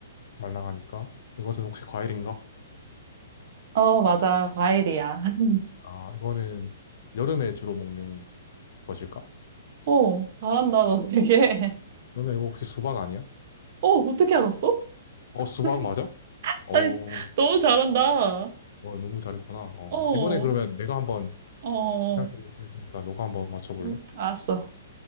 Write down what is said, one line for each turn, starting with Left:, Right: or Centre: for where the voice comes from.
Left: 말랑하니까 이것은 혹시 과일인가?
Right: 어, 맞아. 과일이야. <laughs>
Left: 아, 이거는 여름에 주로 먹는 것일까?
Right: 오, 잘한다, 너 되게.
Left: 그러면 이거 혹시 수박 아니야?
Right: <laughs> 어, 어떻게 알았어?
Left: 어, 수박
Right: <laughs>
Left: 맞아? 어,
Right: 아니, 너무 잘한다.
Left: 어, 너무 잘했구나. 어,
Right: 어,
Left: 이번에 그러면
Right: 어,
Left: 내가 한번
Right: 어.
Left: 생각해 볼 테니까 너가 한번 맞춰 볼래?
Right: 음, 알았어.